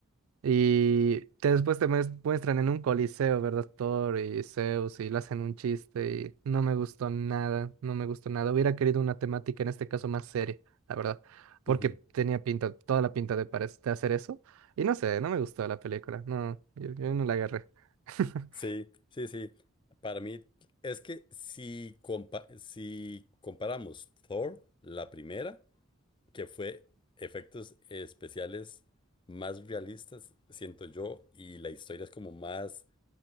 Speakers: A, on the right; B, on the left.
A: Y te- después te mues- muestran en un coliseo, ¿verdad? Thor y Zeus, y le hacen un chiste, y no me gustó nada, no me gustó nada. Hubiera querido una temática, en este caso, más seria, la verdad, porque
B: ujú.
A: tenía pinta, toda la pinta de, pare- de hacer eso, y no sé, no me gustó la película, no, yo, yo no la agarré. <laughs>
B: Sí, sí, sí. Para mí es que si, compa- si comparamos Thor, la primera, que fue efectos especiales más realistas, siento yo, y la historia es como más